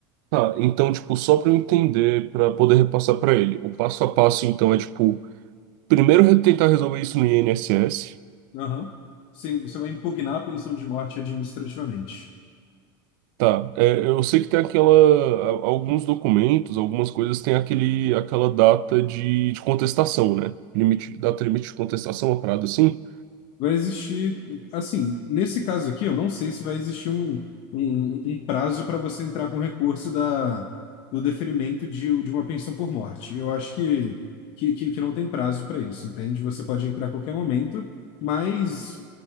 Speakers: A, on the right; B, on the left.
A: Tá, então, tipo, só pra eu entender, pra poder repassar pra ele, o passo a passo, então, é, tipo, primeiro re- tentar resolver isso no INSS.
B: Aham. Sim, você vai impugnar a pensão de morte administrativamente.
A: Tá, é, eu sei que tem aquela, a- alguns documentos, algumas coisas tem aquele, aquela data de, de contestação, né? Limite, data limite de contestação, uma parada assim.
B: Vai existir, assim, nesse caso aqui, eu não sei se vai existir um, um, um prazo para você entrar com recurso da, do deferimento de, de uma pensão por morte. Eu acho que, que, que, que não tem prazo para isso, entende? Você pode entrar a qualquer momento. Mas